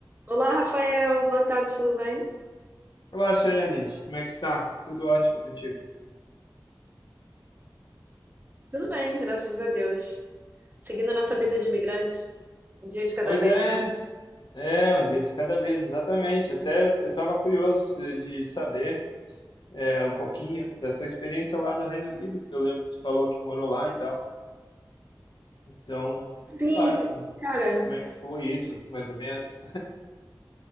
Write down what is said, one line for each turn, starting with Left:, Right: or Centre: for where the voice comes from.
Right: Olá, Rafael. Boa tarde, tudo bem?
Left: Olá, Chayane. Como é que está? Tudo ótimo contigo?
Right: Tudo bem, graças a Deus. Seguindo a nossa
Left: Oh.
Right: vida de imigrante, um dia de cada
Left: Pois
Right: vez,
Left: é,
Right: né?
Left: é um dia de cada vez, exatamente. Até eu estava curioso de de saber é, um pouquinho da tua experiência lá no Reino Unido, que eu lembro que tu falou que morou lá e tal. Então, sei
Right: Sim,
Left: lá,
Right: cara,
Left: como é que foi isso, assim, mais ou menos?